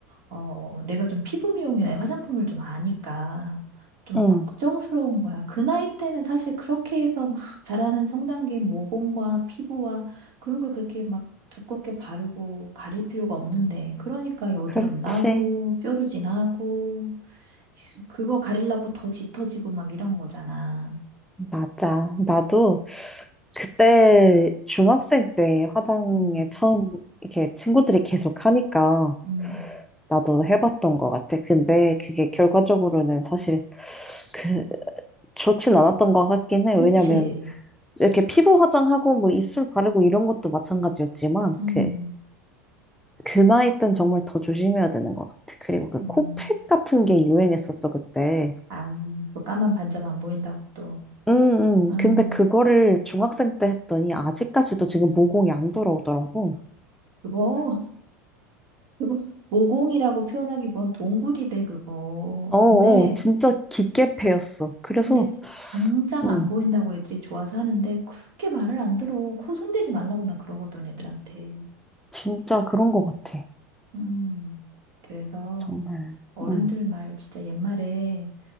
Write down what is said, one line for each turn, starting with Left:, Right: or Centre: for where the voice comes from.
Right: 어, 내가 좀 피부 미용이나 화장품을 좀 아니까 좀
Centre: 응.
Right: 걱정스러운 거야. 그 나이 때는 사실 그렇게 해서 막 자라는 성장기 모공과 피부와 그런 걸 그렇게 막 두껍게 바르고 가릴 필요가 없는데 그러니까 여드름
Centre: 그렇지.
Right: 나고 뾰루지 나고 그거 가리려고 더 짙어지고 막 이런 거잖아.
Centre: 맞아. 나도 그때 중학생 때 화장에
Right: 음,
Centre: 처음 이렇게 친구들이 계속 하니까
Right: 음,
Centre: 나도 해봤던 것 같아. 근데 그게 결과적으로는 사실 그 좋진 않았던 것 같긴 해. 왜냐면
Right: 그치?
Centre: 이렇게 피부 화장하고 뭐 입술 바르고 이런 것도 마찬가지였지만
Right: 음.
Centre: 그 그 나이 땐 정말 더 조심해야 되는 것 같아. 그리고 그
Right: 음.
Centre: 코팩 같은 게 유행했었어, 그때.
Right: 아, 그 까만 반점 안 보인다고 또.
Centre: 음,
Right: 음,
Centre: 음. 근데 그거를 중학생 때 했더니 아직까지도 지금 모공이 안 돌아오더라고.
Right: 그거 그거 모공이라고 표현하기보단 동굴이대 그거.
Centre: 어, 어,
Right: 근데
Centre: 진짜 깊게 패였어. 그래서,
Right: 근데 당장
Centre: 음,
Right: 안 보인다고 애들이 좋아서 하는데 그렇게 말을 안 들어. 코 손대지 말라고 나 그러거든 애들한테.
Centre: 진짜 그런 것 같아.
Right: 음. 그래서
Centre: 정말.
Right: 어른들
Centre: 음,
Right: 말 진짜 옛말에